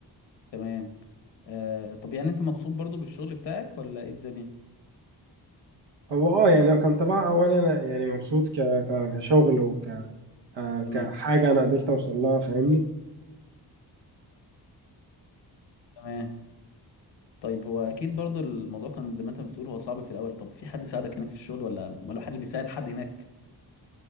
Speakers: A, on the left (about 85°); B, on the right (about 90°).
A: تمام آه طب يعني انت مبسوط برضو بالشغل بتاعك ولا ايه الدنيا؟
B: هو اه يعني هو كان طبعا اولا انا يعني مبسوط ك... ك- كشغل وك آه، كحاجه
A: تمام
B: انا قدرت اوصل لها فاهمني
A: تمام طيب هو اكيد برضو الموضوع كان زي ما انت بتقول هو صعب في الاول طب في حد ساعدك هناك في الشغل ولا ولا محدش بيساعد حد هناك؟